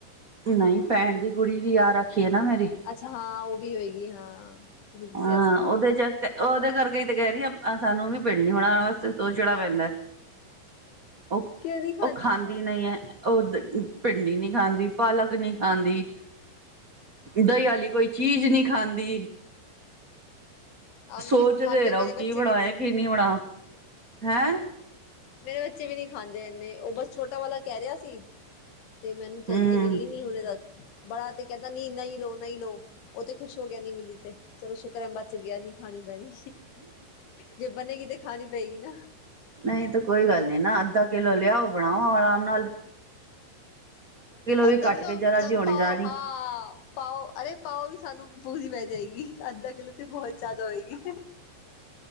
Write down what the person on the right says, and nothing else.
ਨਹੀਂ, ਭੈਣ ਦੀ ਗੁੜੀ ਵੀ, ਆ ਰੱਖੀਏ ਨਾ ਮੇਰੀ।
ਹਾਂ,
ਉਹਦੇ ਚ ਤੇ ਉਹਦੇ ਕਰਕੇ ਹੀ ਤੇ ਕਹਿ ਰਹੀ ਆਹ, ਸਾਨੂੰ ਵੀ ਪਿੰਡ ਹੀ ਬਣਾਉਣ ਵਾਸਤੇ ਸੋਚਣਾ ਪੈਂਦਾ। ਉਹ-ਉਹ
ਖਾਂਦੀ ਨਹੀਂ ਏ, ਉਹ ਭਿੰਡੀ ਨਹੀਂ ਖਾਂਦੀ ਪਾਲਕ ਨੀ ਆਂਦੀ, ਦਹੀਂ ਆਲੀ ਕੋਈ ਚੀਜ਼ ਨਹੀਂ ਖਾਂਦੀ।
ਸੋਚਦੇ
ਰਹੋ,
ਕੀ
ਬਣਾਏ,
ਕੀ ਨਹੀਂ ਬਣਾਵਾ, ਹੈਂ?
ਹਮ
ਨਹੀਂ, ਤਾਂ ਕੋਈ ਗੱਲ ਨੀ ਨਾ, ਅੱਧਾ ਕਿੱਲੋ ਲਿਆਓ ਬਣਾਓ, ਆਰਾਮ ਨਾਲ। ਵੀ
ਕੱਟ
ਕੇ ਜਰਾ
ਜੀ ਹੋਣੀ
ਜਾਣੀ